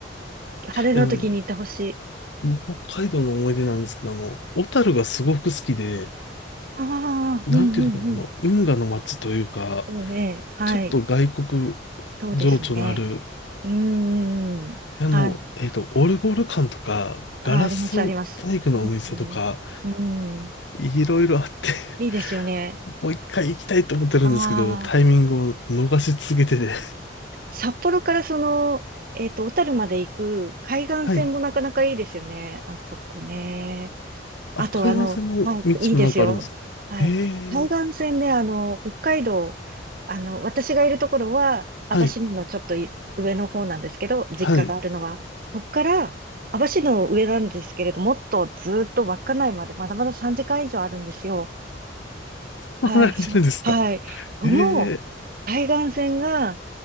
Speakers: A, on the right; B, on the left.
A: 晴れの時に行ってほしい。
B: いやあの、もう北海道の思い出なんですけど、あの、小樽がすごく好きで、
A: ああ、
B: なんていうのかな、
A: うんうんうん。
B: あの、運河の街というか、
A: ええ、ね、はい。
B: ちょっと外国
A: そうですね。
B: 情緒のある、
A: うーん。
B: あの、
A: はい。
B: えっと、オルゴール館とか、
A: あー、
B: ガラス細工のお店とか、
A: あります、あります。うん。うん。
B: いろいろあって、<laughs>
A: いいですよね。
B: もう一回行きたいと思ってるんですけど、
A: ああ、
B: タイミングを逃し続けてて。
A: 札幌からその、えっと、小樽まで行く海岸線もなかなかいいですよね。
B: はい。
A: あそこね。
B: あ、
A: あと、
B: 海岸線の道もなんかあるんですかへえ。
A: あの、はい、いいですよ。はい。海岸線で、あの、北海道、あの、私がいるところは、網走のちょっとい上の方なんですけど、
B: はい。
A: 実家があるのは、
B: はい。
A: そこから、網走の上なんですけれど、もっとずーっと稚内まで、まだまだ3時間以上あるんですよ。
B: 離れてるんですか
A: はい、そう、はい。その海岸線が、
B: ええ